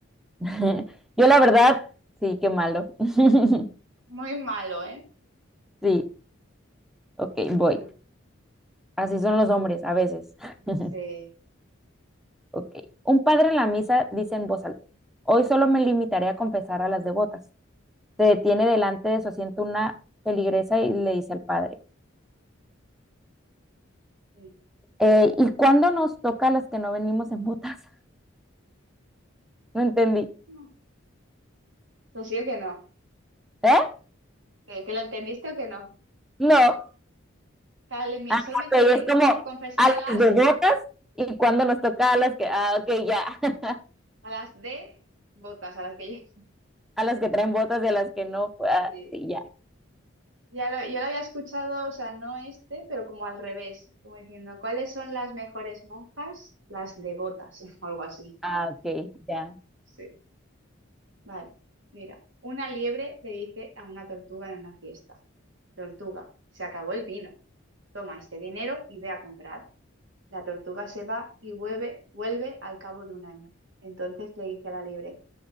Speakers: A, in the centre; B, on the right.
A: <laughs> Yo la verdad, sí, qué malo. <laughs>
B: muy malo, ¿eh?
A: Sí, ok,
B: Pero
A: voy.
B: bueno,
A: Así son los hombres a veces. <laughs>
B: sí.
A: Ok. Un padre en la misa dice en voz alta, hoy solo me limitaré a confesar a las devotas. se detiene delante de su asiento una feligresa y le dice al padre,
B: sí.
A: eh,
B: sí.
A: ¿y cuándo nos toca a las que no venimos en botas? <laughs> No entendí.
B: No, Pues sí o que no,
A: ¿Eh?
B: que, que lo entendiste o que no.
A: No.
B: Dale, mi-
A: Ah,
B: solo me tiré
A: ok, es como
B: confesar
A: a las
B: a las,
A: de botas y cuándo nos toca a las que, ah, ok, ya, <laughs>
B: a las de botas, a las que yo...
A: a las que traen botas y a las que no, pues, ah,
B: Sí.
A: sí, ya,
B: Ya lo- yo lo había escuchado, o sea, no este, pero como al revés, como diciendo, ¿cuáles son las mejores monjas? Las devotas, <laughs> o algo así.
A: ah, ok, ya,
B: Sí. Vale, mira, una liebre le dice a una tortuga en una fiesta, Tortuga, se acabó el vino, toma este dinero y ve a comprar. La tortuga se va y vuelve, vuelve al cabo de un año. Entonces le dice a la liebre,